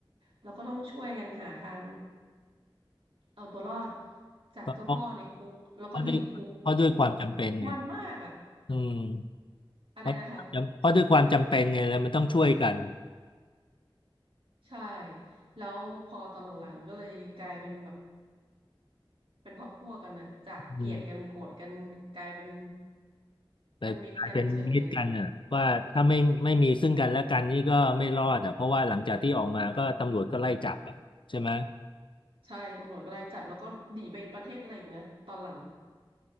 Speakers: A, on the right (about 75°); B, on the left (about 65°).
A: แล้วก็ต้องช่วยกันหาทางเอาตัวรอดจากเจ้าพ่อในคุกแล้วก็หนีคุกโห
B: ก็เพราะเพราะด้วยเพราะด้วยความจำเป็นไง
A: มันมากอะ
B: อืม
A: อะไรนะคะ
B: เพราะเพราะด้วยความจำเป็นไงแล้วมันต้องช่วยกัน
A: ใช่ แล้วพอตอนหลังๆก็เลยกลายเป็นแบบเป็นพักพวกกันอะจากเกลียดกันโกรธกันกลายเป็น
B: อืม แต่กลายเป็นมิตรกันอ่ะว่าถ้าไม่ไม่มีซึ่งกันและกันนี่ก็ไม่รอดอ่ะเพราะว่าหลังจากที่ออกมาก็ตำรวจก็ไล่จับอ่ะใช่ไหม
A: เป็นมิตรกันเฉยเลยใช่ตำรวจก็ไล่จับแล้วก็หนีไปประเทศอะไรอีกนะตอนหลัง